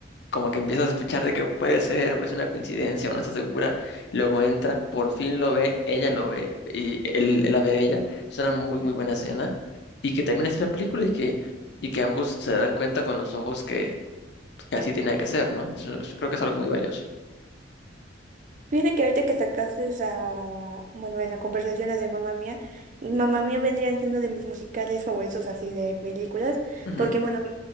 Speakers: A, on the left (about 60°); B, on the right (about 40°).
A: como que empieza a sospechar de que puede ser, pues una coincidencia o no está segura, luego entra, por fin lo ve, ella lo ve y él, él la ve a ella, es una muy muy buena escena y que termina así la película y que, y que ambos se dan cuenta con los ojos que, que así tiene que ser, ¿no? Eso es- creo que es algo muy valioso.
B: Fíjate que ahorita que sacaste a, bueno, en la conversación la de Mamá Mía, Mamá Mía vendrían siendo de mis musicales favoritos así de películas,
A: Ujú,
B: porque bueno,